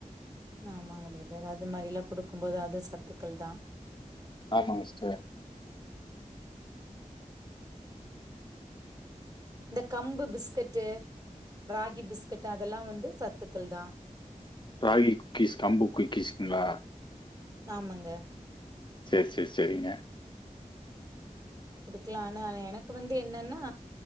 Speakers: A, on the right; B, on the left.
A: ஆமாங்க பிரதர் அது மாரில்லா குடுக்கும் போது அது சத்துக்கள் தான்
B: ஆமாங்க சிஸ்டர்
A: இந்த கம்பு பிஸ்கட்டு ராகி பிஸ்கட்டு் அதெல்லா வந்து சத்துக்கள் தான்
B: ராகி குக்கீஸ் கம்பு குக்கீஸ்ங்களா
A: ஆமாங்க
B: சேரி சேரி சேரிங்க
A: குடுக்கலானு ஆனா என க்கு வந்து என்னன்னா